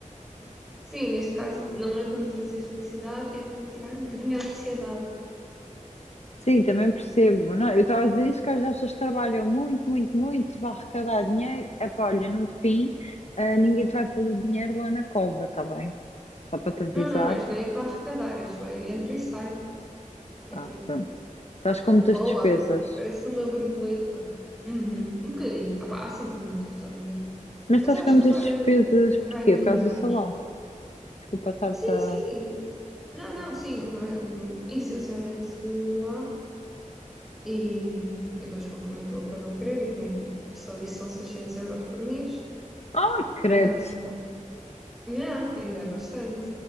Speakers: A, in the centre; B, on the left.
A: Sim, neste caso não é para me trazer felicidade, é para me tirar um bocadinho a ansiedade.
B: Sim, também percebo. Não, é? eu estava a dizer isso que às vezes as pessoas trabalham muito, muito, muito para arrecadar dinheiro. É pá, olha, no fim, ah, ninguém te vai pôr o dinheiro lá na cova, está bem? Só para te avisar.
A: Não, não, este não é para arrecadar, este vai, entra e sai. É tipo,
B: Ah, pronto. Estás com muitas
A: Boa.
B: despesas.
A: Parece uma borboleta. Uhum, um bocadinho. Ah, pá, há sempre muitas, estás a ver?
B: Mas
A: Mas
B: estás
A: eu acho
B: com muitas
A: que agora
B: despesas porquê?
A: vai melhorar.
B: Por causa do salão. Desculpa estar-te
A: Sim,
B: a...
A: sim. Não, não, sim. ma- Essencialmente lá. E, e depois, como também estou a pagar o crédito, né? Tipo, só isso são 600 euros por mês.
B: Ah, credo.
A: Ah, yeah, ainda é bastante.